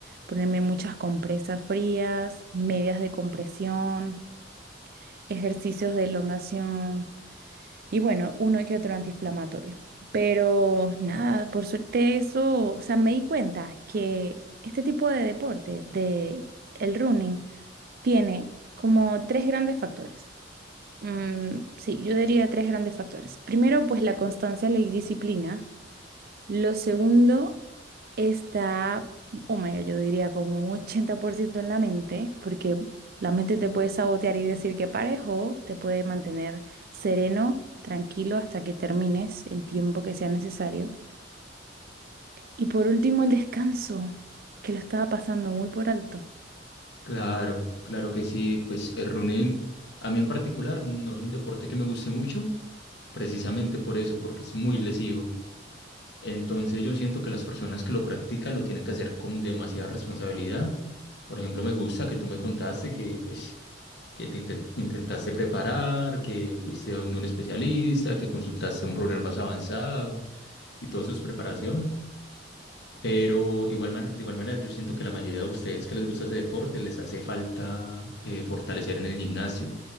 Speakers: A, on the right; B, on the left.
A: ponerme muchas compresas frías, medias de compresión, ejercicios de elongación y bueno, uno que otro antiinflamatorio. Pero nada, por suerte eso, o sea, me di cuenta que este tipo de deporte, de el running, tiene como tres grandes factores. Mm, sí, yo diría tres grandes factores. Primero, pues la constancia, la disciplina. Lo segundo está, oh my God, yo diría como un 80% en la mente, porque la mente te puede sabotear y decir que pares o te puede mantener sereno, tranquilo hasta que termines el tiempo que sea necesario. Y por último, el descanso, que lo estaba pasando muy por alto.
B: Claro, claro que sí. Pues el running, a mí en particular, no es un deporte que me guste mucho, precisamente por eso, porque es muy lesivo. Entonces yo siento que las personas que lo practican lo tienen que hacer con demasiada responsabilidad. Por ejemplo, me gusta que tú me contaste que, pues, que te inten- intentaste preparar, que fuiste donde un especialista, que consultaste a un runner más avanzado y todo eso es preparación. Pero igual, man- de igual manera yo siento que la mayoría de ustedes que les gusta ese deporte les hace falta eh, fortalecer en el gimnasio.